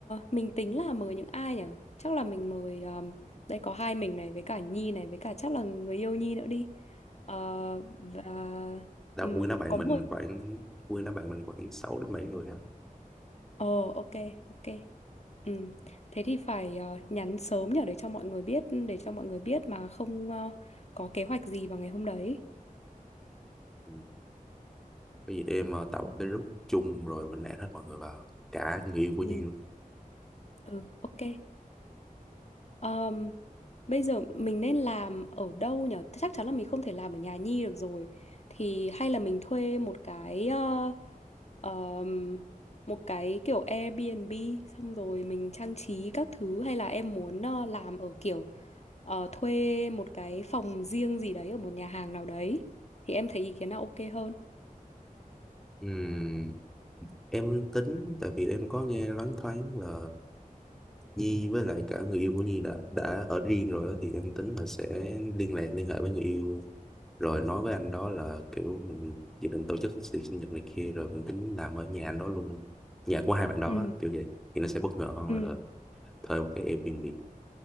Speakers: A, on the left; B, in the centre.
A: mình tính là mời những ai nhở? Chắc là mình mời um, đây có hai mình này với cả Nhi này với cả chắc là người yêu Nhi nữa đi. Ờ, và
B: đã
A: ừm,
B: quyên đám bạn
A: có
B: mình
A: mười
B: khoảng quyên đám bạn mình khoảng 6 đến 7 người á.
A: Ồ ok ok Ừm, Thế thì phải ờ, nhắn sớm nhở để cho mọi người biết để cho mọi người biết mà không ờ, có kế hoạch gì vào ngày hôm đấy
B: ừ. có gì để em ờ, tạo một cái group chung rồi mình add hết mọi người vào cả người yêu của
A: Ừ.
B: Nhi luôn
A: ừ ok Ờm, Bây giờ mình nên làm ở đâu nhở chắc chắn là mình không thể làm ở nhà Nhi được rồi thì hay là mình thuê một cái ờ, ờm, một cái kiểu Airbnb xong rồi mình trang trí các thứ hay là em muốn ờ, làm ở kiểu ờ, thuê một cái phòng riêng gì đấy ở một nhà hàng nào đấy thì em thấy ý kiến nào ok hơn
B: Ừm, em tính tại vì em có nghe loáng thoáng là Nhi với lại cả người yêu của Nhi đã đã ở riêng rồi á, thì em tính là sẽ liên lạc liên hệ với người yêu rồi nói với anh đó là kiểu mình dự định tổ chức tiệc sinh nhật này kia rồi mình tính làm ở nhà anh đó luôn nhà của hai bạn đó
A: Ừ.
B: á, kiểu vậy thì nó sẽ bất ngờ hơn
A: Ừ.
B: là thuê một cái Airbnb